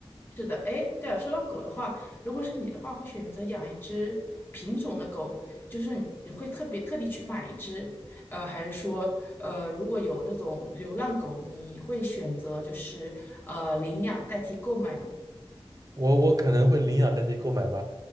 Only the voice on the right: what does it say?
我我可能会领养那地购买吧，